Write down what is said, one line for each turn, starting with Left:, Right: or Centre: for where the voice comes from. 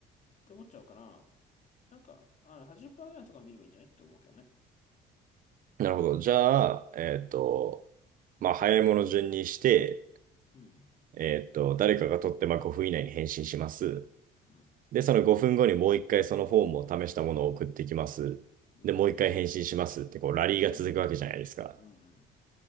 Left: て思っちゃうから、なんか、あ、80%ぐらいのところ見ればいいんじゃないって思うけどね。
Right: なるほど。じゃあ、えっと、まあ、早いもの順にして、
Left: うん。
Right: えっと、誰かが取って、まあ、5分以内に返信します。
Left: うん。
Right: で、その5分後にもう一回そのフォームを試したものを送ってきます。
Left: うん。
Right: で、もう一回返信しますって、こう、ラリーが続くわけじゃないですか。
Left: うん。うん。うん。